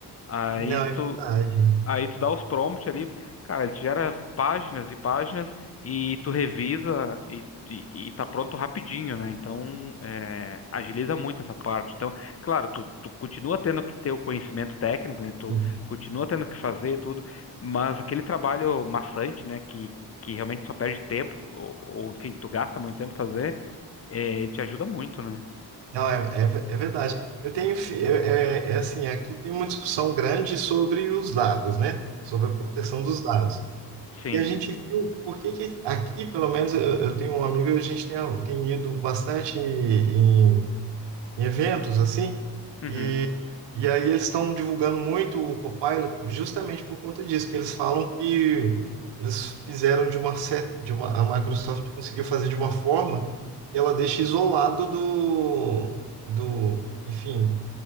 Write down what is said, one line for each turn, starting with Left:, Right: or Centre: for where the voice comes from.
Left: Aí
Right: Não, é
Left: tu
Right: verdade.
Left: Aí tu dá os prompts ali, cara, ele te gera páginas e páginas e tu revisa e, e, e tá pronto rapidinho, né? Então, é, agiliza muito essa parte. Então, claro, tu, tu continua tendo que ter o conhecimento técnico, né? Tu
Right: Sim.
Left: continua tendo que fazer tudo, mas aquele trabalho maçante, né? Que, que realmente só perde tempo, ou, ou enfim, tu gasta muito tempo fazer, é, ele te ajuda muito, né?
Right: Não, é, é, ve- é verdade. Eu tenho, fi- é, é é assim, aqui tem uma discussão grande sobre os dados, né? Sobre a proteção dos dados.
Left: Sim.
Right: E a gente viu por que que aqui, pelo menos eu, eu tenho um amigo, a gente tem, tem ido bastante em, em eventos assim,
Left: Uhum.
Right: e, e aí eles estão divulgando muito o Copilot justamente por conta disso, que eles falam que eles fizeram de uma certa, de uma, a Microsoft conseguiu fazer de uma forma que ela deixa isolado do, do, enfim,